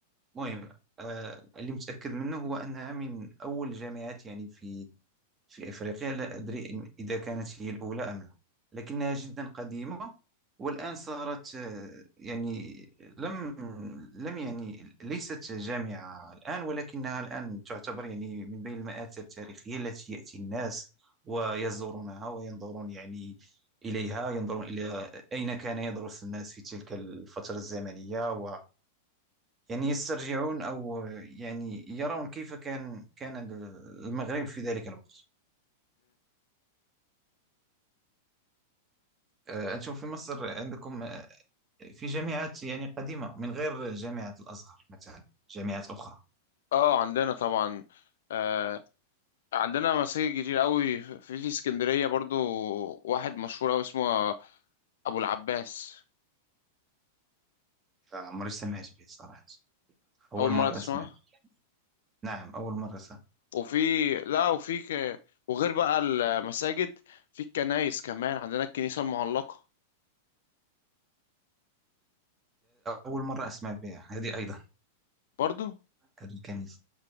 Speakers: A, on the right; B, on the left.
A: مهم آه اللي متأكد منه هو أنها من أول الجامعات يعني في في أفريقيا لا أدري إن إذا كانت هي الأولى أم لا لكنها جدا قديمة والآن صارت آه، يعني لم لم يعني ليست جامعة الآن ولكنها الآن تعتبر يعني من بين المآثر التاريخية التي يأتي الناس ويزورونها وينظرون يعني إليها ينظرون إلى أين كان يدرس الناس في تلك الفترة الزمنية و يعني يسترجعون أو يعني يرون كيف كان كان المغرب في ذلك الوقت آه، نشوف في مصر عندكم آه، في جامعات يعني قديمة من غير جامعة الأزهر مثلا جامعات أخرى
B: اه عندنا طبعا آه عندنا مساجد كتير قوي في في اسكندرية برضو واحد مشهور قوي اسمه ابو العباس
A: عمري سمعت بها صراحة أول
B: اول مرة
A: مرة
B: تسمعه
A: أسمع بها نعم أول مرة سمعت
B: وفي لا وفي ك... وغير بقى المساجد في الكنايس كمان عندنا الكنيسة المعلقة
A: أول مرة أسمع بها هذه أيضا
B: برضو
A: هذه الكنيسة